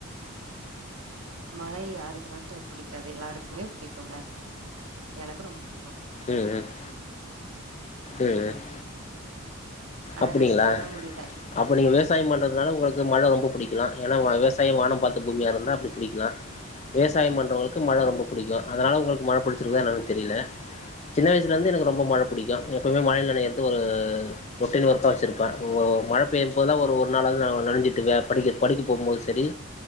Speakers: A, on the right; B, on the left.
A: மழை யாருக்கு தா சார் புடிக்காது எல்லாருக்குமே புடிக்கூ எனக்கு ரொம்ப புடிக்கு
B: உம் உம் உம் உம்
A: ஆனா
B: அப்டிங்களா
A: ரசிக்கதா முடியல
B: அப்ப நீங்க விவசாயோ பண்றதுனால
A: ம்
B: உங்களுக்கு மழ ரொம்ப புடிக்கலா ஏன்னா விவசாயம் வானோ பாத்த பூமியாருந்தா அப்டி புடிக்கலா விவசாயம் பண் றோங்களுக்கு மழ
A: ம்
B: ரொம்ப பிடிக்கூ அதனால் உங்களுக்கு மழ புடிச்சிருக்கா என்னானு தெரில சின்ன வ லந்தே எனக்கு ரொம்ப மழ
A: ம்
B: புடிக்கூ எப்போமே மழைல நெனை ரொட்டீன் ஒர்க்கா வச்சிருப்பே ஒ மழ பெய்யூ போதுலா ஒரு ஒருநாளாவது நா நெனஞ்சிடுவே படிக்க படிக்க போம்போது செரி